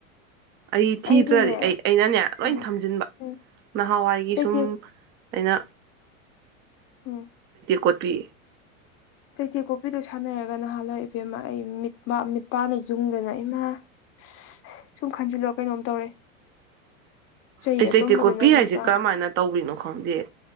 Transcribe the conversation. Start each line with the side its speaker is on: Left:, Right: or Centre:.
Right: ꯑꯩ ꯊꯤꯗ꯭ꯔꯗꯤ
Left: ꯑꯩꯗꯤꯅꯦ
Right: ꯑꯩ ꯑꯩꯅꯅꯦ
Left: ꯎꯝ
Right: ꯂꯣꯏ ꯊꯝꯖꯤꯟꯕ
Left: ꯎꯝ
Right: ꯅꯍꯥꯟꯋꯥꯏꯒꯤ
Left: ꯆꯩꯇꯦꯛ
Right: ꯁꯨꯝ ꯑꯩꯅ
Left: ꯎꯝ
Right: ꯀꯣꯠꯠꯇꯄꯤ
Left: ꯆꯩꯊꯦꯛꯀꯣꯄꯤꯗꯣ ꯁꯥꯟꯅꯔꯒ ꯅꯍꯥꯟꯋꯥꯏ ꯏꯕꯦꯝꯃ ꯑꯩ ꯃꯤꯠꯄꯥꯅ ꯌꯨꯡꯗꯅ ꯏꯃꯥ ꯁ ꯁꯨꯝ ꯈꯟꯖꯤꯜꯂꯣ ꯀꯩꯅꯣꯝ ꯇꯧꯔꯦ ꯆꯍꯤ
Right: ꯑꯩꯁ
Left: ꯑꯇꯨꯝꯕꯗꯨꯅ
Right: ꯂꯩꯇꯦ ꯀꯣꯠꯄꯤ ꯍꯥꯏꯁꯦ
Left: ꯅꯤꯄꯥꯜ
Right: ꯀꯔꯝꯃꯥꯏꯅ ꯇꯧꯕꯤꯅꯣ ꯈꯪꯗꯦ